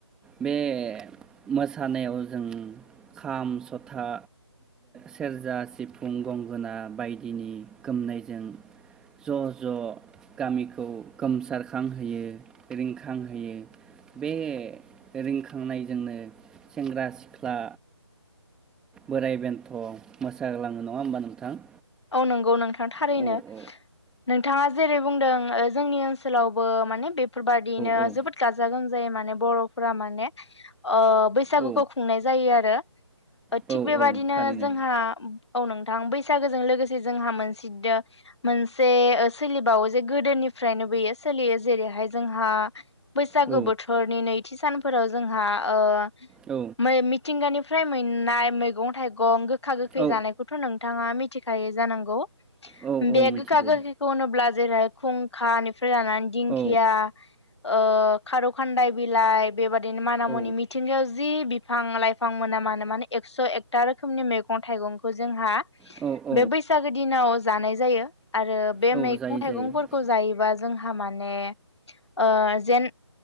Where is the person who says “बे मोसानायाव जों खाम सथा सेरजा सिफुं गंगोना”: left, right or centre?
Centre